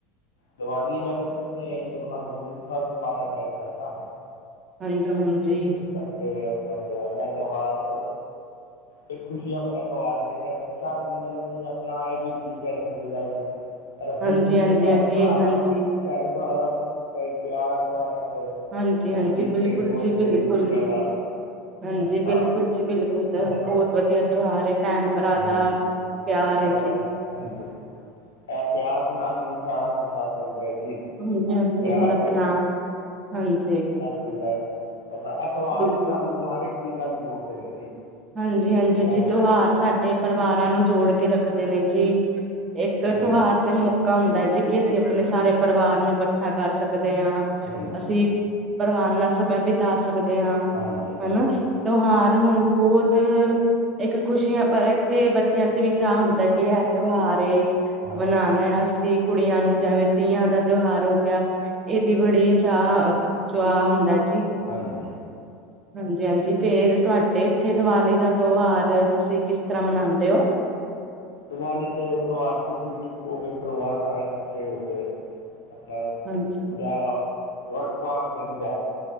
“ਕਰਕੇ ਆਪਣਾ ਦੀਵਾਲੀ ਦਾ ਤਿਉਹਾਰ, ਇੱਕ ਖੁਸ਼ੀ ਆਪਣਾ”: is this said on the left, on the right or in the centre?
Left